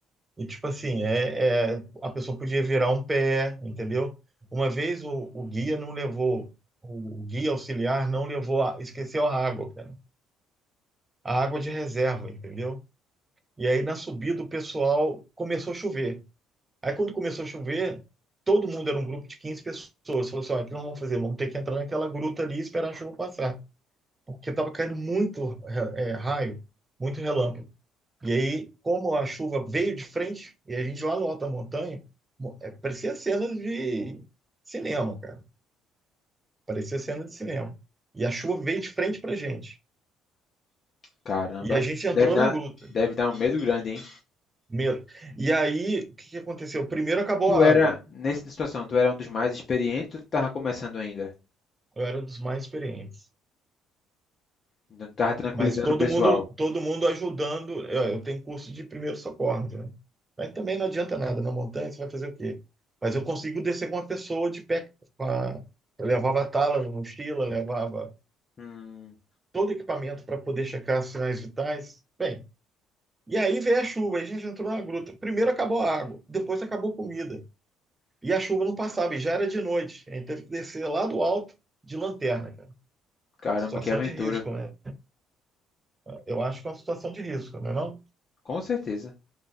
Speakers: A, on the right (about 15°); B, on the left (about 35°).
A: E tipo assim, é, é- a pessoa podia virar um pé, entendeu? Uma vez o, o guia não levou, o guia auxiliar não levou, a, esqueceu a água, cara. A água de reserva, entendeu? E aí na subida o pessoal começou a chover. Aí quando começou a chover, todo mundo era um grupo de 15 pessoas. Falou assim, ó, o que nós vamos fazer? Vamos ter que entrar naquela gruta ali e esperar a chuva passar. Porque estava caindo muito é, é, raio, muito relâmpago. E aí, como a chuva veio de frente, e a gente lá no Alta Montanha, mo- é, parecia cena de cinema, cara. Parecia cena de cinema. E a chuva veio de frente pra gente.
B: Caramba,
A: E a gente entrou
B: deve dar,
A: na gruta.
B: deve dar um medo grande, hein?
A: Medo. E aí, o que que aconteceu? Primeiro acabou
B: Tu
A: a
B: era,
A: água.
B: nessa situação, tu era um dos mais experientes ou tu tava começando ainda?
A: Eu era um dos mais experientes.
B: Então tu tava tranquilizando
A: Mas todo
B: o pessoal.
A: mundo, todo mundo ajudando. Eu, eu tenho curso de primeiro socorro, né? Mas também não adianta nada. Na montanha você vai fazer o quê? Mas eu consigo descer com uma pessoa de pé. Com a... Eu levava tala, mochila, levava
B: Hum,
A: todo o equipamento para poder checar os sinais vitais. Bem, e aí veio a chuva, aí a gente entrou na gruta. Primeiro acabou a água, depois acabou a comida. E a chuva não passava, e já era de noite. A gente teve que descer lá do alto de lanterna, cara.
B: caramba,
A: Situação
B: que aventura.
A: de risco, né? Eu acho que é uma situação de risco, não é não?
B: Com certeza.